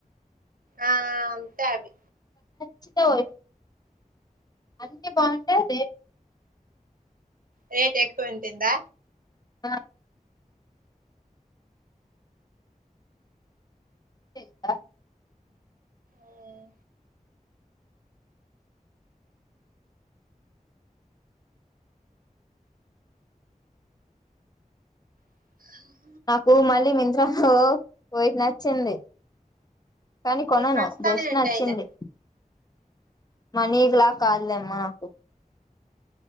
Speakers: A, on the right (about 75°); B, on the left (about 25°).
A: ఆ అంతే అవి
B: చ్చిత ఒమ్ అంటే బాగుంటే అదే
A: రేట్ ఎక్కువ ఉండద్దా
B: బ చింత
A: ఉమ్ ఆ
B: నాకు మళ్ళీ మింత్రా హ్ లో వయిట్. నచ్చింది కానీ కొనను
A: నీకు నచ్చుతానే
B: జష్ట్
A: ఉంటాయిలే
B: నచ్చింది మనీక్ లాగ్ కాదులేమ్మ నాకు